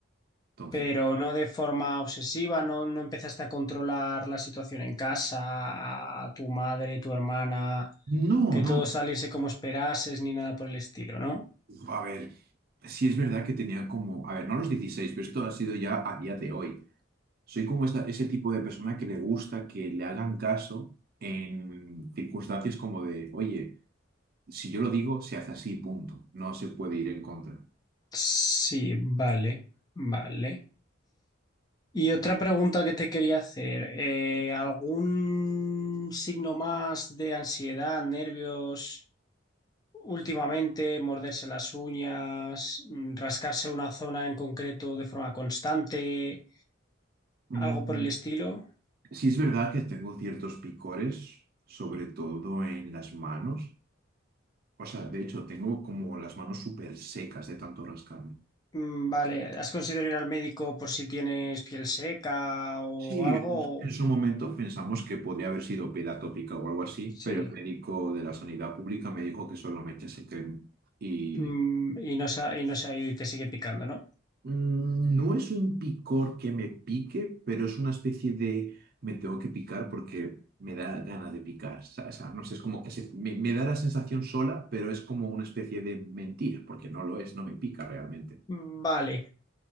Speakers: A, on the right; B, on the left.
A: Entonces,
B: pero no de forma obsesiva, no, no empezaste a controlar la situación en casa, a tu madre, tu hermana,
A: no,
B: que
A: no.
B: todo saliese como esperases, ni nada por el estilo, ¿no?
A: A ver, sí es verdad que tenía como, a ver, no a los 16 pero esto ha sido ya a día de hoy. Soy como esa- ese tipo de persona que le gusta que le hagan caso en circunstancias como de, oye, si yo lo digo, se hace así, punto. No se puede ir en contra.
B: Sí, vale, vale. Y otra pregunta que te quería hacer, eh, ¿algún signo más de ansiedad, nervios últimamente, morderse las uñas, mm, rascarse una zona en concreto de forma constante,
A: Mm,
B: algo por el estilo?
A: Sí es verdad que tengo ciertos picores, sobre todo en las manos. O sea, de hecho, tengo como las manos súper secas de tanto rascarme.
B: Mm, Vale, ¿has considerado ir al médico por si tienes piel seca o
A: Sí,
B: algo?
A: en su en su momento pensamos que podría haber sido piel atópica o algo así,
B: Sí.
A: pero el médico de la sanidad pública me dijo que solo me echase crema. Y
B: Mm, y no se ha, y no se ha ido y te sigue picando, ¿no?
A: Mm, No es un picor que me pique, pero es una especie de me tengo que picar porque me da gana de picar, ¿sabes? O sea, no sé, es como que se- me, me da la sensación sola, pero es como una especie de mentira, porque no lo es, no me pica realmente.
B: Mm, Vale,